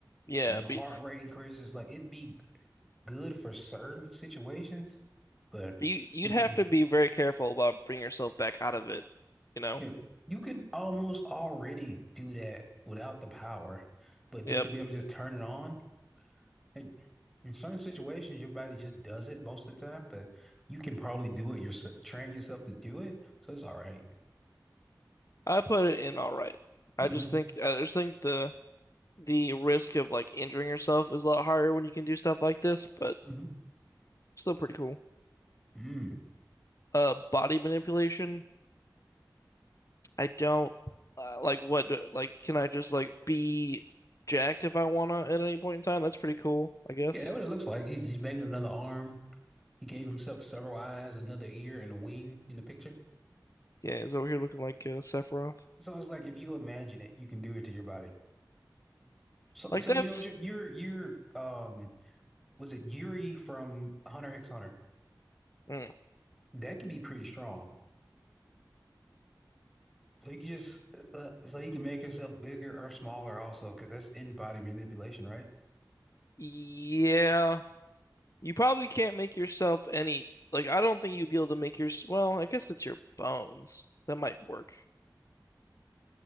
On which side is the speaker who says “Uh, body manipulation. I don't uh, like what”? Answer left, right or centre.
Left